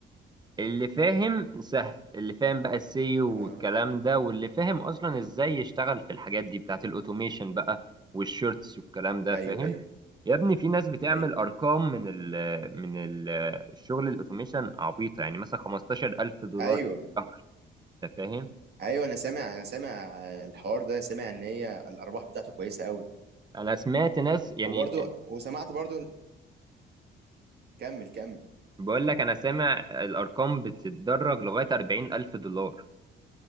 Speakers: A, on the right; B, on the right.
A: اللي فاهم سهل اللي فاهم بقى السيو
B: اه
A: والكلام ده واللي فاهم اصلا ازاي يشتغل في الحاجات دي بتاعت الاوتوميشن بقى والشورتس والكلام ده
B: ايوه
A: فاهم
B: ايوه
A: يا ابني في ناس بتعمل
B: ايوه
A: ارقام من ال من ال الشغل الاوتوميشن عبيطه يعني مثلا 15000 دولار
B: ايوه
A: في الشهر انت فاهم
B: ايوه انا سامع انا سامع الحوار ده سامع ان هي الارباح بتاعته كويسه قوي
A: انا سمعت ناس يعني
B: وبرضو وسمعت برضو كمل كمل
A: بقول لك انا سامع الارقام بتتدرج لغايه 40000 دولار